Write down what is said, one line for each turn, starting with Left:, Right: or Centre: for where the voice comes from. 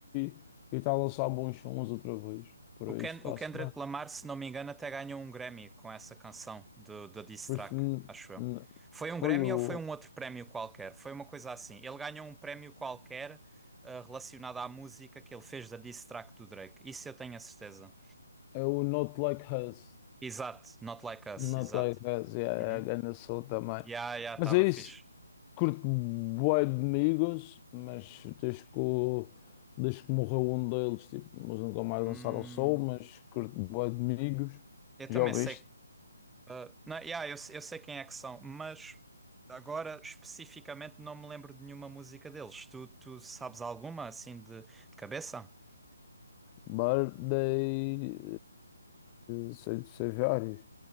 Left: e e está a lançar bons sons outra vez. Por
Centre: O, Ken,
Left: isso está-se
Centre: o Kendrick
Left: bem.
Centre: Lamar, se não me engano, até ganhou um Grammy com essa canção de, de diss
Left: Pois
Centre: track,
Left: foi, hum,
Centre: acho eu.
Left: hum,
Centre: Foi um Grammy
Left: foi o,
Centre: ou foi um outro prémio qualquer? Foi uma coisa assim. Ele ganhou um prémio qualquer, ah, relacionado à música que ele fez da diss track do Drake. Isso eu tenho a certeza.
Left: é o Not Like Us.
Centre: Exato, Not Like Us,
Left: Not
Centre: exato.
Left: Like Us, yeah, é
Centre: Uhum.
Left: a grande som também.
Centre: Yeah, yeah,
Left: Mas
Centre: estava
Left: é
Centre: fixe.
Left: isso. Curto bué de amigos, mas desde que, o- desde que morreu um deles, tipo, eles nunca mais
Centre: Hum,
Left: dançaram ao sol, mas curto bué de amigos.
Centre: eu
Left: Já
Centre: também
Left: ouviste?
Centre: sei. Uh, não, yeah, eu, eu sei quem é que são, mas agora especificamente não me lembro de nenhuma música deles. Tu, tu sabes alguma assim de, de cabeça?
Left: Birthday, eh, sei, sei vários.